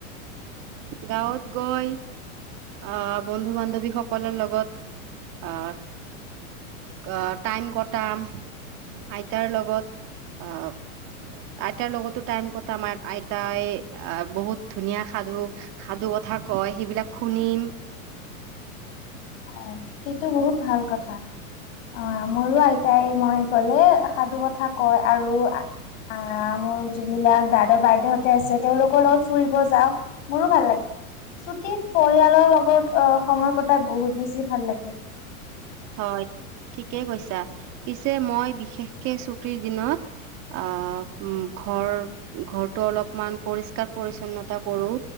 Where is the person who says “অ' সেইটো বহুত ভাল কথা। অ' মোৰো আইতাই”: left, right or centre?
Left